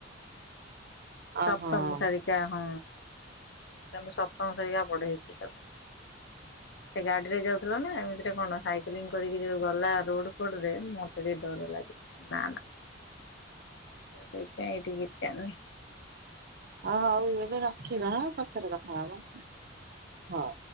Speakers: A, on the left (about 65°); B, on the right (about 55°).
A: ସପ୍ତମ
B: ଓହୋ
A: ସାରିକା ହଁ ତାଙ୍କ ସପ୍ତମ ସାରିକା ବଢ ହେଇଚି ତାକୁ ସେ ଗାଡି ରେ ଯାଉଥିଲା ନା ଏମିତିରେ କଣ ସାଇକେଲିଂ କରିକି ଯୋଉ ଗଲା ରୋଡ୍ ଡରେ ମତେ ଟିକେ ଡର ଲାଗିଲା ନା ନା <unintelligible> ତ ଏଇଠି ଗୀତା ଆନି।
B: ହଁ ହଉ ଏବେ ରଖିବା ଆଁ ପଛରେ କଥା ହବା ହଉ।